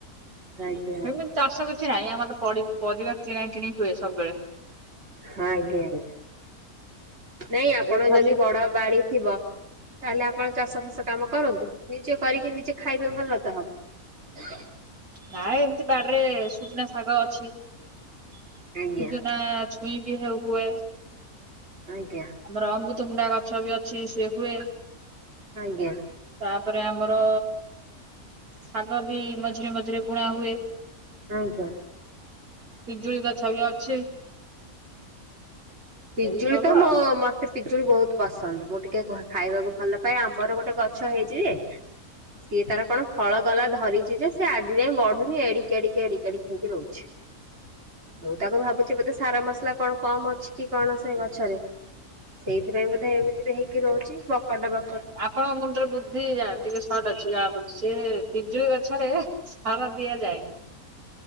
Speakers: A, on the right (about 45°); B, on the right (about 75°).
A: ଆଜ୍ଞା ଆଜ୍ଞା
B: ହେମି ଚାଷ କିଛି ନାହିଁ ଆମର ପରି-ପରିବା କିଣା କିଣିି ହୁଏ ସବୁବେଳେ
A: ହଁ ଆଜ୍ଞା ଆଜ୍ଞା ନାଇଁ ଆପଣ
B: ଏ ଖାଲି
A: ଯଦି ବଡ ବାଡି ଥିବ ତାହେଲେ ଆପଣ ଚାଷ ଫସ କାମ କରନ୍ତୁ ନିଜେ କରିକି ନିଜେ ଖାଇବେ ଭଲ ତ ହବ। ହଁ
B: ନାଇ ଏମିତି ବାଡରେ ସୁଜନା ଶାଗ ଅଛି ସୁଜନା
A: ଆଜ୍ଞା
B: କଇ ବି ହେ ହୁଏ।
A: ଆଜ୍ଞା।
B: ଆମର ଅମୃତମୁଣ୍ଡା ଗଛ ବି ଅଛି ସିଏ ହୁଏ।
A: ଆଜ୍ଞା।
B: ତାପରେ ଆମର ଶାଗ ବି ମଝିରେ ମଝିରେ ବୁଣା ହୁଏ।
A: ଆଜ୍ଞା।
B: ପିଜୁଳି ଗଛ ବି ଅଛି।
A: ପିଜୁଳି
B: ଏଇ ସବୁ
A: ତ ମ
B: ଆଉ
A: ମତେ ପିଜୁଳି ବହୁତ ପସନ୍ଦ ମୁଁ ଟିକେ ଖାଇବାକୁ ଭଲ ପାଏ ଆମର ଗୋଟେ ଗଛ ହେଇଚି ଯେ ସିଏ ତାର କଣ ଫଳ ଗଲା ଧରିଛି ଯେ ସେ ଆଜି ଯାଇଁ ବଢୁନି ଏଡିକି ଏଡିକେ ଏଡିକଡ ହେଇକି ରହୁଛି। ମୁଁ ତାକୁ ଭାବୁଛି ବତେ ସାରା ମସଲା କଣ କମ ଅଛି କି କଣ ସେ ଗଛରେ ସେଇଥିପାଇଁ ବୋଧେ ଏମିତି ହେଇ କି ରହୁଛି ବକଟ ବକଟ
B: କଣ ମୁଣ୍ଡରେ ବୁଦ୍ଧି ଯା ଟିକେ ସର୍ଟ ଅଛି ଗା ପ ସେ ପିଜୁଳି ଗଛରେ ସାର ଦିଆଯାଏ।